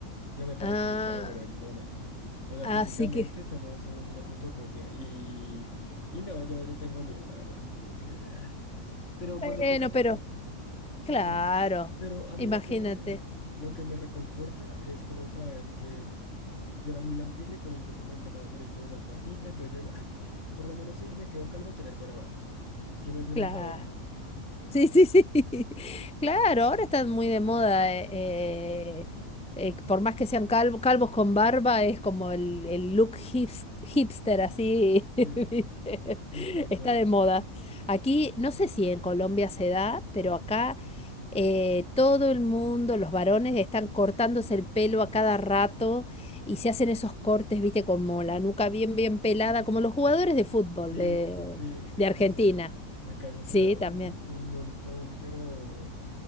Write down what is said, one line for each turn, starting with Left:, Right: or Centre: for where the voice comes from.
Left: Yo me parezco
Centre: Ah,
Left: mucho al abuelo de mi mamá. O sea,
Centre: así
Left: físicamente
Centre: que,
Left: somos, somos una fotocopia. Y, y no, yo, yo tengo miedo, la verdad, como que... ah. Pero cuando
Centre: bueno,
Left: toca, toca.
Centre: pero
Left: Sí,
Centre: claro,
Left: no. Pero a
Centre: imagínate,
Left: mí lo que, lo que me reconforta es como saber que yo era muy lampiño y con el tiempo me empezaba a salir como más barbita. Entonces yo digo, "Ah, por lo menos si me quedo calvo, tener buena barba. Si no es una,
Centre: claro.
Left: es la otra.
Centre: Sí, sí, sí. <laughs> Claro, ahora están muy de moda. eh, eh, eh, por más que sean calvo- calvos con barba, es como el, el look hips- hipster, así. <laughs>
Left: Sí,
Centre: ¿viste?
Left: sí, tal
Centre: Está
Left: cual.
Centre: de moda. Aquí, no sé si en Colombia se da, pero acá eh, todo el mundo, los varones, están cortándose el pelo a cada rato y se hacen esos cortes, viste, como la nuca bien, bien pelada, como los jugadores de fútbol
Left: Sí,
Centre: de,
Left: sí, sí,
Centre: de
Left: acá
Centre: Argentina.
Left: se ha, acá eso se
Centre: Sí,
Left: ha dado
Centre: también.
Left: un, un montón, pero.